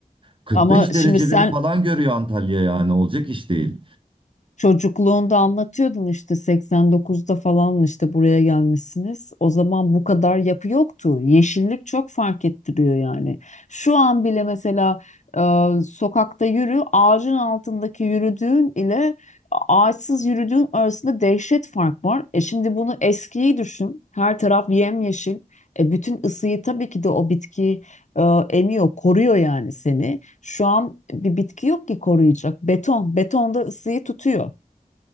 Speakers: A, on the right (about 35°); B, on the left (about 55°).
A: 45
B: Ama şimdi
A: dereceleri
B: sen
A: falan görüyor Antalya yani olacak iş değil.
B: Çocukluğunda anlatıyordun işte 89'da falan işte buraya gelmişsiniz. O zaman bu kadar yapı yoktu. Yeşillik çok fark ettiriyor yani. Şu an bile mesela e, sokakta yürü, ağacın altındaki yürüdüğün ile ağaçsız yürüdüğün arasında dehşet fark var. E şimdi bunu eskiyi düşün. Her taraf yemyeşil. E bütün ısıyı tabii ki de o bitki e, emiyor, koruyor yani seni. Şu an bir bitki yok ki koruyacak. Beton. Beton da ısıyı tutuyor.